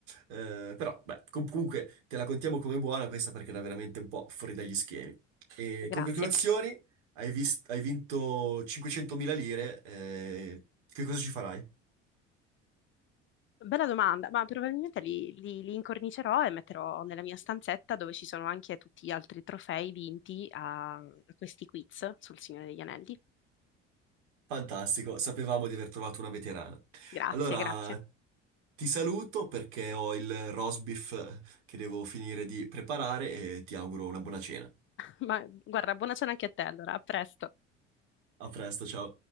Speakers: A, on the right (about 65°); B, on the left (about 35°).
A: eh, però beh, com- comunque te la contiamo come buona questa perché era veramente un po' fuori dagli schemi. E
B: grazie.
A: congratulazioni, hai, vis- hai vinto 500.000 lire, eh, che cosa ci farai?
B: Bella domanda, ma probabilmente li, li- li incornicerò e metterò nella mia stanzetta dove ci sono anche tutti gli altri trofei vinti a a questi quiz sul Signore degli Anelli.
A: Fantastico, sapevamo di aver trovato una veterana.
B: Grazie,
A: Allora,
B: grazie.
A: ti saluto perché ho il roast beef che devo finire di preparare e ti auguro una buona cena.
B: Ma guarda, buona cena anche a te allora, a presto.
A: A presto, ciao.